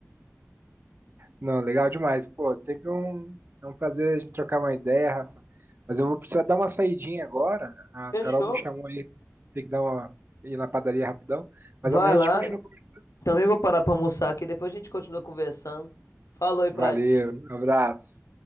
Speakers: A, on the right; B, on the left.
A: Não, legal demais. Pô, sempre um, é um prazer a gente trocar uma ideia, Rafa. Mas eu vou precisar dar uma saidinha agora.
B: <laughs>
A: A
B: Fechou?
A: Carol me chamou aí, tem que dar uma ir na padaria rapidão. Mas
B: Vai
A: amanhã
B: lá,
A: a gente continua conversando.
B: Também vou parar para almoçar aqui, depois a gente continua conversando. Falou aí
A: Valeu,
B: pra ti.
A: abraço.